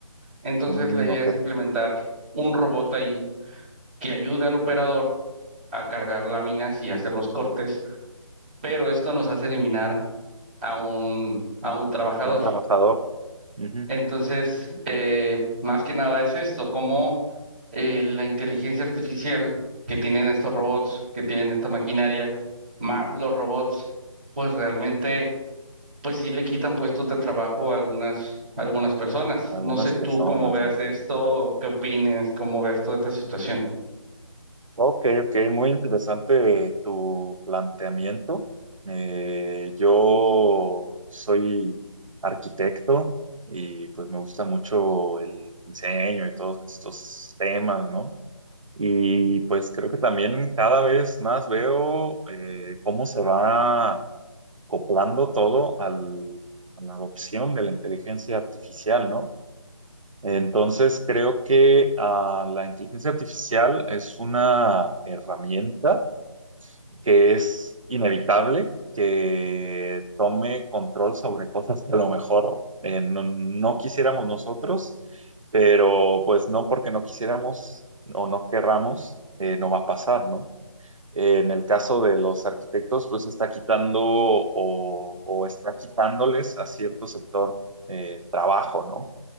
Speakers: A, on the right; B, on the right.
A: Entonces
B: Mm,
A: la idea
B: ok.
A: es implementar un robot ahí que ayude al operador a cargar láminas y hacer los cortes pero esto nos hace eliminar a un, a un trabajador.
B: un trabajador. Ujú.
A: Entonces, eh, más que nada es esto, cómo eh, la inteligencia artificial que tienen estos robots, que tienen esta maquinaria, más los robots, pues realmente, pues sí le quitan puestos de trabajo a algunas, a algunas personas.
B: Algunas
A: No sé tú
B: personas,
A: cómo veas
B: ¿no?
A: esto, qué opines, cómo veas toda esta situación.
B: Ok, ok, muy interesante tu planteamiento. Eh, yo soy arquitecto y pues me gusta mucho el diseño y todos estos temas, ¿no? Y pues creo que también cada vez más veo eh, cómo se va acoplando todo al- a la adopción de la inteligencia artificial, ¿no? Entonces, creo que ah, la inteligencia artificial es una herramienta que es inevitable que tome control sobre cosas que a lo mejor eh, no, no quisiéramos nosotros, pero pues no porque no quisiéramos o no querramos, eh, no va a pasar, ¿no? En el caso de los arquitectos, pues está quitando o, o está quitándoles a cierto sector eh, trabajo, ¿no?